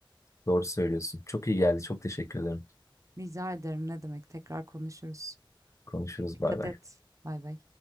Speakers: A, on the left; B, on the right.
A: Doğru söylüyorsun. Çok iyi geldi. Çok teşekkür ederim.
B: Rica ederim ne demek. Tekrar konuşuruz.
A: Konuşuruz.
B: Dikkat
A: Bay bay.
B: et. Bay bay.